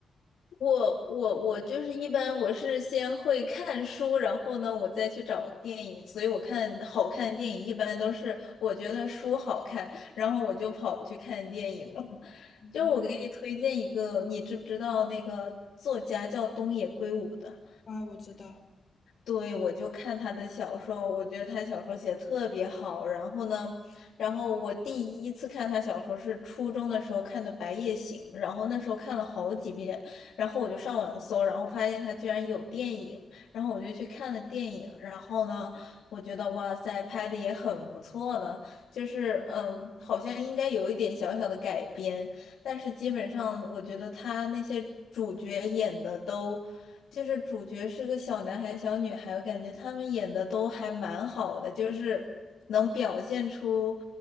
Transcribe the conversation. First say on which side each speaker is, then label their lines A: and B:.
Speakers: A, on the left; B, on the left.
A: 我我我就是一般我是先会看书，然后呢，我再去找电影。所以我看好看的电影一般都是我觉得书好看，然后我就跑去看电影了。<laughs>
B: 哦，
A: 就我给你推荐一个，你知不知道那个作家叫东野圭吾的？
B: 啊，我知道，
A: 对，我就看他的小说，我觉得他小说写得特别好。然后呢，然后我第一次看他小说是初中的时候看的《白夜行》，然后那时候看了好几遍，然后我就上网搜，然后发现他居然有电影，然后我就去看了电影。然后呢，我觉得哇塞，拍的也很不错呢，就是嗯，好像应该有一点小小的改编，但是基本上我觉得他那些主角演的都。就是主角是个小男孩、小女孩，我感觉他们演的都还蛮好的，就是能表现出，